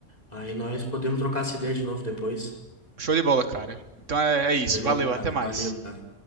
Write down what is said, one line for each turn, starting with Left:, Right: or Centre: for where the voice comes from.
Left: aí nós podemos trocar essa ideia de novo depois.
Right: Show de bola, cara. Então é, é isso.
Left: Beleza,
Right: Valeu,
Left: cara?
Right: até mais.
Left: Valeu, cara.